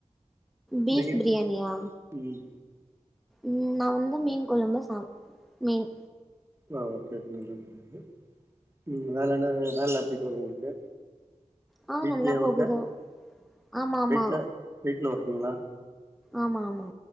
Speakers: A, in the centre; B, on the right.
A: பீஃப்
B: நீங்க
A: பிரியாணியா
B: ம்
A: ம் நா வந்து மீன் கொழம்பு சாப் மீன்
B: ஆ ஓகே <unintelligible> ம் வேற என்ன வேல எப்டி போகுது உங்களுக்கு
A: ஆ
B: வீட்லயே
A: நல்லா
B: ஒர்க்கா
A: போகுது ஆமா ஆமா
B: வீட்ல வீட்ல ஒர்க்குங்களா
A: ஆமா ஆமா